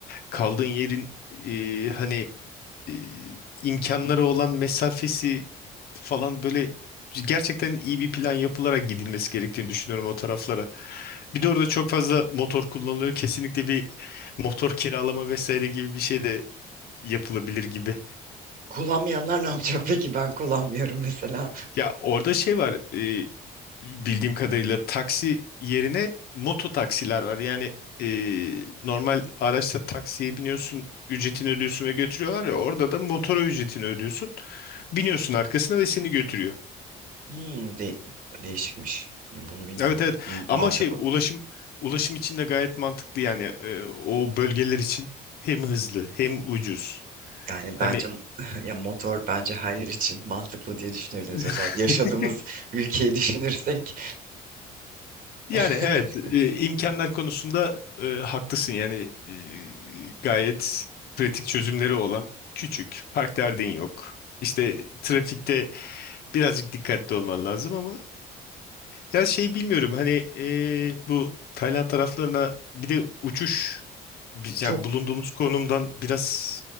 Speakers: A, on the left; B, on the right.
A: Kaldığın yerin e, hani e, imkanları olan mesafesi falan böyle gerçekten iyi bir plan yapılarak gidilmesi gerektiğini düşünüyorum o taraflara. Bir de orada çok fazla motor kullanılıyor. Kesinlikle bir motor kiralama vesaire gibi bir şey de yapılabilir gibi.
B: Kullanmayanlar ne yapacak peki? Ben kullanmıyorum mesela.
A: Ya orada şey var e, bildiğim kadarıyla taksi yerine moto taksiler var. Yani e, normal araçta taksiye biniyorsun ücretini ödüyorsun ve götürüyorlar ya orada da motora ücretini ödüyorsun. Biniyorsun arkasına ve seni götürüyor.
B: Hmm, de- değişikmiş. Ya Bunu bilmiyordum.
A: Evet evet
B: M- Mantıklı.
A: ama şey ulaşım ulaşım için de gayet mantıklı yani e, o bölgeler için hem hızlı hem ucuz.
B: Yani
A: Hani
B: bence <laughs> ya motor bence her yer için <laughs> mantıklı diye düşünebiliriz.
A: <laughs>
B: Özellikle yaşadığımız ülkeyi düşünürsek.
A: Yani
B: <laughs>
A: evet e, imkanlar konusunda e, haklısın yani e, gayet pratik çözümleri olan küçük park derdin yok. İşte trafikte birazcık dikkatli olman lazım ama ya şey bilmiyorum hani e, bu Tayland taraflarına bir de uçuş bi-
B: Çok
A: yani bulunduğumuz konumdan biraz